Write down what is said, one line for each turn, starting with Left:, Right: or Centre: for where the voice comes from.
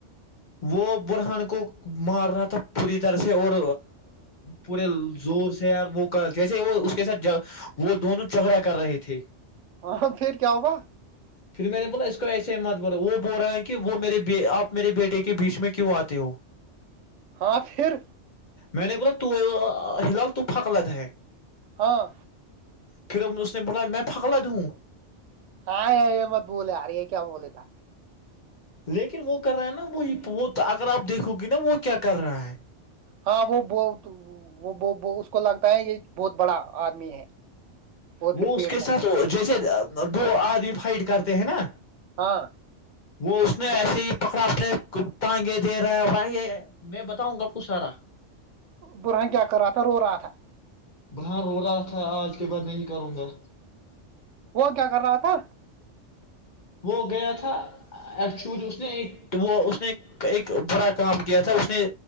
Left: وہ برہان کو مار رہا تھا پوری طرح سے اور پورے زور سے یار وہ کر جیسے وہ اس کے ساتھ وہ دونوں جھگڑا کر رہے تھے
Right: ہاں پھر کیا ہوگا
Left: پھر میں نے بولا اس کو ایسے مت بول رہا وہ بول رہا ہے کہ وہ میرے آپ میرے بیٹے کے بیچ میں کیوں آتے ہو
Right: آ پر
Left: میں نے بولا تو ہلال تو پک لت ہے
Right: ہاں
Left: پھر ہم اس نے بولا میں پھاگالا دوں
Right: ہاں ار یہ مت بولے آارے یہ کیا بولے تھا
Left: لیکن وہ کر رہا ہے نا وہ وہ اگر آپ دیکھو گے نا وہ کیا کر رہا ہے
Right: ہاں وہ ب وہ اس کو لگتا ہے یہ بہت بڑا آدمی ہے اور پھر
Left: وہ
Right: پیڑتا
Left: اس کے
Right: ہے
Left: ساتھ جیسے دو آدمی فائٹ کرتے ہیں نا
Right: ہاں
Left: وہ اس نے ایسے ہی پکڑا اپنے تٹانگے دے رہا ہے بائی میں بتاؤں گاب کچھ سارا
Right: برہن کیا کر رہا تھا رو رہا تھا
Left: برہان رو رہا تھا آج کے بعد نہیں کروں گا
Right: وہ کیا کر رہا تھا
Left: وہ گیا تھا ایکچولی اس نے ایک وہ اس نے ایک برا کام کیا تھا اس نے